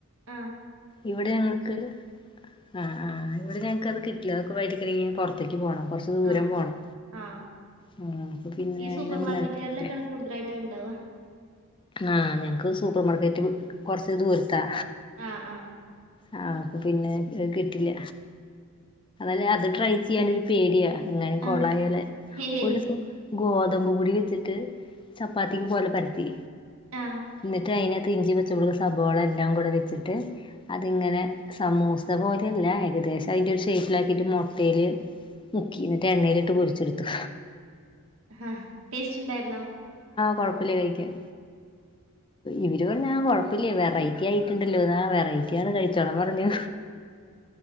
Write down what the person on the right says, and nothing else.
ആ
ആഹ്
ആഹ്
ഈ സൂപ്പർ
മാർക്കറ്റുകളിലൊക്കെയാണ്
കൂടുതലായിട്ട് ഉണ്ടാവ
ആഹ ആഹ
ആഹ് ഹേഹ്
ആഹ്
ആഹ ടേസ്റ്റ് ഉണ്ടായിരുന്നോ